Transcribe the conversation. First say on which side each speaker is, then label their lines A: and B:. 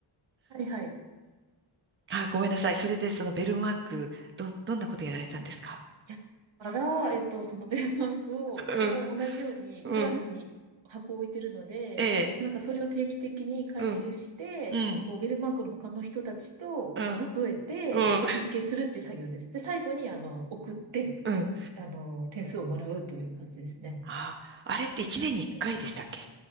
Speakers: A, on the right (about 65°); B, on the right (about 25°).
A: はいはい。
B: あ、ごめんなさい。それで、そのベルマーク、ど、どんなことやられたんですか
A: いやだから、えっと、そのベルマークを、うちも同じようにクラスに箱を置いてるので、
B: うん、うん、ええ、
A: なんかそれを定期的に回収して、
B: うん、うん、
A: こう、ベルマークの他の人たちと、
B: うん、
A: まあ、数えて集計するっていう作業です。
B: うん、
A: で、最後に、あの、送って、
B: うん。
A: あの、点数をもらうという感じですね。
B: あ、あれって1年に1回でしたっけ
A: なので、